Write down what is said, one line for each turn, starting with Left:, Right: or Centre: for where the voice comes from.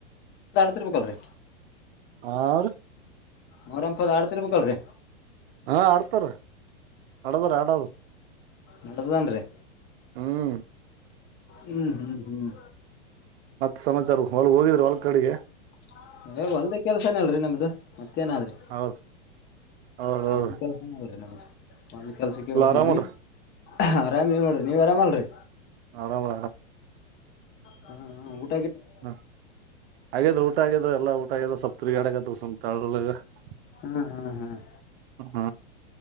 Left: ತಾಡ್ತಿರ್ಬೇಕಲ್ರಿ
Right: ಆರ್
Left: ಮರಿ ಅಂತದ್ ಹಾಲ್ ಕರಿಬೇಕ್ ಅಲ್ರಿ
Right: ಹಾ ಆಡ್ತಾರ ಆಡದ್ರ ಆಡದು
Left: ನಡದದನ್ರಿ
Right: ಹ್ಮ್
Left: ಹ್ಮ್ ಹ್ಮ್ ಹ್ಮ್
Right: ಮತ್ತ ಸಮಾಚಾರ ಹೊ ಹೋಗಿದ್ರು ಕಡಿಗೆ
Left: <unintelligible> ಹೊಲ್ದಾಗ್ ಕೆಲ್ಸ್ <unintelligible> ಅಲ್ರಿ ನಮ್ದು ಏನಾದ್ರಿ
Right: ಹೌದ್ ಹೌದ್ ಹೌದ್ರಿ
Left: ಅಲ್ಲಿ ಕೆಲಸಏನೋರಿ ನಮ್ಗೆ <inaudible> ಮಲ್ಲಿ ಕೆಲ್ಸಕ್ಕೆ
Right: ಎಲ್ಲ
Left: ಹೋಗಿದ್ವಿ
Right: ಆರಾಮಲ್ರಿ
Left: ಆರಾಮದೀವ್ ನೀವ್ ಆರಾಮಲ್ರಿ
Right: ಆರಾಮ್
Left: ಹ್ಮ್ ಹ್ಮ್
Right: ಹ್ಮ ಹಾಗಾದ್ರೆ ಊಟ ಆಗ ಗೆ ಎಲ್ಲ ಊಟ ಆಗ್ಯದೆ ಸೊಪ್ ತಿರ್ಗ್ಯಾಡ ಕತೀವ್ ಸುಮ್ <unintelligible>
Left: ಹ್ಮ್ ಹ್ಮ್ ಹ್ಮ್
Right: ಹ್ಮ